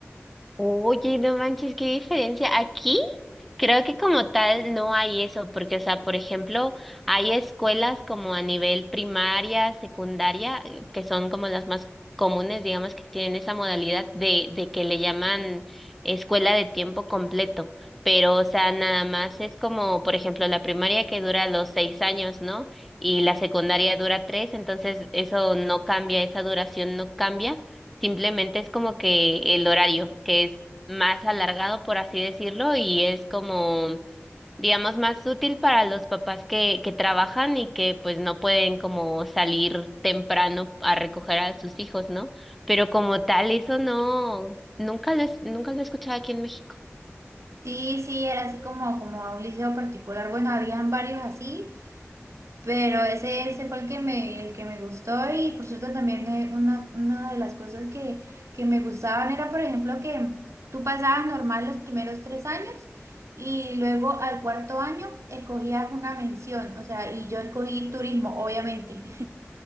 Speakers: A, in the centre; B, on the right.
A: Oye, no manches, qué diferencia. Aquí creo que como tal no hay eso, porque, o sea, por ejemplo, hay escuelas como a nivel primaria, secundaria, eh, que son como las más comunes, digamos, que tienen esa modalidad de, de que le llaman escuela de tiempo completo. Pero, o sea, nada más es como, por ejemplo, la primaria que dura los seis años, ¿no? Y la secundaria dura tres, entonces eso no cambia, esa duración no cambia Simplemente es como que el horario, que es más alargado, por así decirlo, y es como, digamos, más útil para los papás que, que trabajan y que pues no pueden como salir temprano a recoger a sus hijos, ¿no? Pero como tal, eso no, nunca lo, es- nunca lo he escuchado aquí en México.
B: Sí, sí, era así como, como a un liceo particular. Bueno, habían varios así, pero ese, ese fue el que me, el que me gustó y por cierto también eh, una, una de las cosas que, que me gustaban era, por ejemplo, que tú pasabas normal los primeros tres años y luego al cuarto año escogías una mención, o sea, y yo escogí turismo, obviamente.